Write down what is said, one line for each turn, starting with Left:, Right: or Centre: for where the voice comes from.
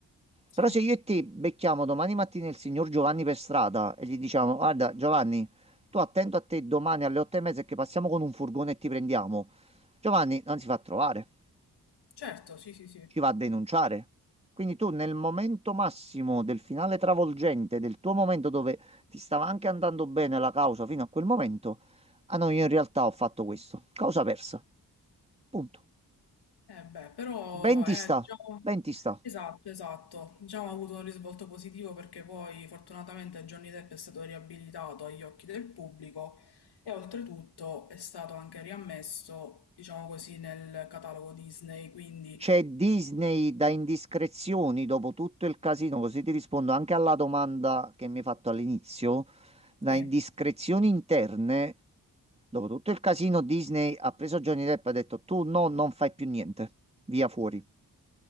Left: sì,
Right: Però se io e te becchiamo domani mattina il signor Giovanni per strada e gli diciamo, guarda Giovanni, tu attento a te domani alle otto e mezza che passiamo con un furgone e ti prendiamo. Giovanni non si fa trovare,
Left: certo, sì, sì, sì.
Right: ci va a denunciare. Quindi tu nel momento massimo del finale travolgente, del tuo momento dove ti stava anche andando bene la causa fino a quel momento, ah no, io in realtà ho fatto questo. Causa persa. Punto.
Left: Eh beh, però
Right: Ben ti
Left: è
Right: sta,
Left: diciamo,
Right: ben ti sta.
Left: esatto, esatto, diciamo ha avuto un risvolto positivo perché poi fortunatamente Johnny Depp è stato riabilitato agli occhi del pubblico e oltretutto è stato anche riammesso, diciamo così, nel catalogo Disney, quindi
Right: C'è Disney da indiscrezioni dopo tutto il casino, così ti rispondo anche alla domanda che mi hai fatto all'inizio. Da
Left: sì.
Right: indiscrezioni interne, dopo tutto il casino, Disney ha preso Johnny Depp e ha detto tu no, non fai più niente, via fuori.